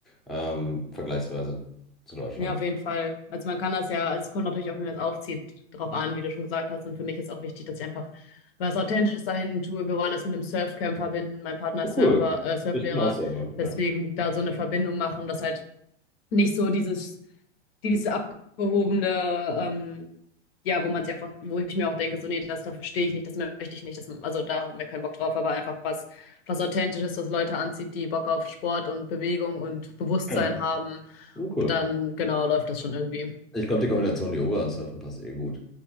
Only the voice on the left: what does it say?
ja, auf jeden Fall. Also man kann das ja, also es kommt natürlich auch, wie man es aufzieht, drauf an, wie du schon gesagt hast. Und für mich ist auch wichtig, dass ich einfach was Authentisches dahin tue. Wir wollen das mit einem Surfcamp verbinden. Mein Partner ist
Surfer, äh, Surflehrer.
Deswegen
da so eine Verbindung machen, dass halt nicht so dieses dieses abgehobene, ähm, ja, wo man es einfach, wo ich mir auch denke, so, nee, das dafür stehe ich nicht, das möchte ich nicht, das, also da haben wir keinen Bock drauf, aber einfach was, was Authentisches, was Leute anzieht, die Bock auf Sport und Bewegung und Bewusstsein
haben,
dann genau läuft das schon irgendwie.